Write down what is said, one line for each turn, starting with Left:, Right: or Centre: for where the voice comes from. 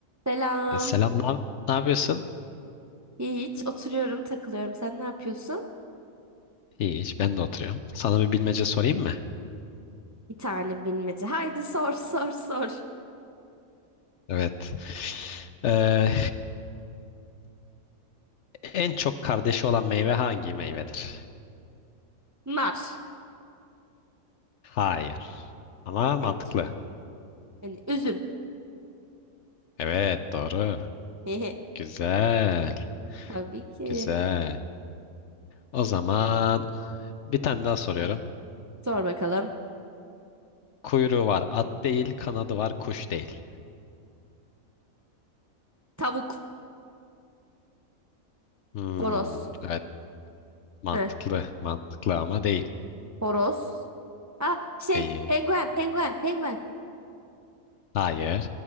Right: Selam.
Left: E, Selam, ne, yap- ne yapıyorsun?
Right: Hiç oturuyorum takılıyorum. Sen ne yapıyorsun?
Left: İyi, hiç ben de oturuyorum. Sana bir bilmece sorayım mı?
Right: Bir tane bilmece. Haydi sor <laughs> sor sor.
Left: Evet. Ee, en çok kardeşi olan meyve hangi meyvedir?
Right: Nar.
Left: Hayır. Ama mantıklı.
Right: Evet. Yani üzüm.
Left: Evet, doğru.
Right: <laughs>
Left: Güzel,
Right: Tabii ki.
Left: güzel. O zaman bir tane daha soruyorum.
Right: Sor bakalım.
Left: Kuyruğu var at değil, kanadı var kuş değil.
Right: Tavuk.
Left: Hmm,
Right: Horoz.
Left: evet, mantıklı,
Right: Heh,
Left: mantıklı ama değil.
Right: horoz. Ha şey
Left: Değil.
Right: penguen penguen penguen.
Left: Hayır.